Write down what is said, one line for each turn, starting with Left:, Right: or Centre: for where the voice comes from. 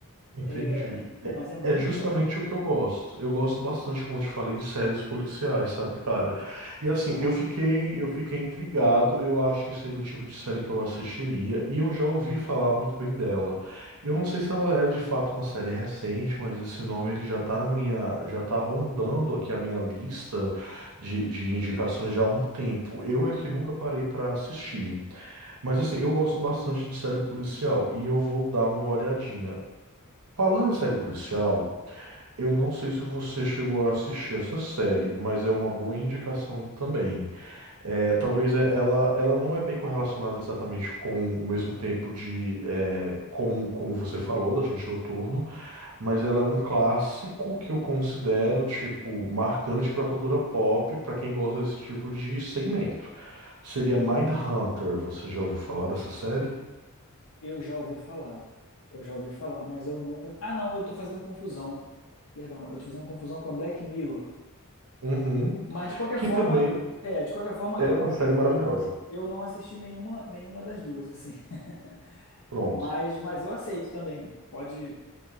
Right: Entendi.
Left: É, pô, mas é muito
Right: É justamente
Left: legal.
Right: o que eu gosto. Eu gosto bastante, como eu te falei, de séries policiais, sabe, cara? E assim,
Left: Aham.
Right: eu fiquei, eu fiquei intrigado. Eu acho que seria o tipo de série que eu assistiria, e eu já ouvi falar muito bem dela. Eu não sei se ela é de fato uma série recente, mas esse nome ele já tá na minha, já tá rondando aqui a minha lista de, de indicações já há um tempo. Eu é que nunca parei pra assistir. Mas assim, eu gosto bastante de série policial e eu vou dar uma olhadinha. Falando em série policial, eu não sei se você chegou a assistir essa série, mas é uma boa indicação também. É, talvez é- ela, ela não é bem correlacionada exatamente com o mesmo tempo de é, como, como você falou da Gente Noturno, mas ela é um clássico que eu considero tipo marcante para a cultura pop, para quem gosta desse tipo de segmento. Seria Mindhunter. Você já ouviu falar dessa série?
Left: Eu já ouvi falar. Eu já ouvi falar, mas eu nunca. Ah, não, eu tô fazendo confusão. Perdão, eu tô fazendo confusão com a Black Mirror.
Right: Uhum.
Left: Mas de qualquer
Right: Que
Left: forma,
Right: também
Left: é, de qualquer forma,
Right: é
Left: eu,
Right: uma série maravilhosa.
Left: eu não assisti nenhuma, nenhuma das duas, assim. <laughs>
Right: Pronto.
Left: Mas, mas eu aceito também. Pode,